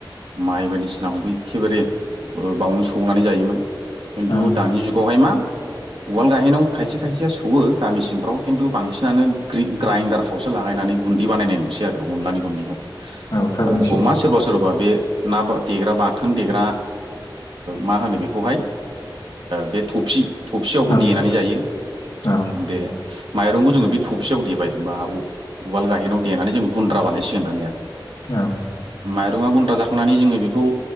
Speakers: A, on the right; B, on the left.
A: माइ बायदिसिनाखौबो एखेबारे बावनो सौनानै जायोमोन खिन्थु
B: औ
A: दानि जुग गहाय मा उवाल गाहेनाव खायसे खायसेया सौवो गामि सिंफ्राव खिन्थु बांसिनानो ग ग्राइन्दडार फफ्रावसो लााय नांगा गुन्दै बानायनाय नुसै आरो अनलानि गुन्दैखौ
B: औ थारैनो
A: आरो
B: सैथो
A: अमा सोरबा सोरबा बे ना देग्रा बाथोन देग्रा मा होनो बेखौहाय बे थफसि थफसियावबो
B: औ
A: देनानै
B: थथु
A: जायो
B: औ
A: बे माइरंखौ जोङो बे थबसेयाव देबाय बा उवाल गाहेनाव देनानै जों गुन्द्रा बानायसिगोन दानिया
B: औ
A: माइरंआ गुन्द्रा जाखांनानै जोङो बेखौ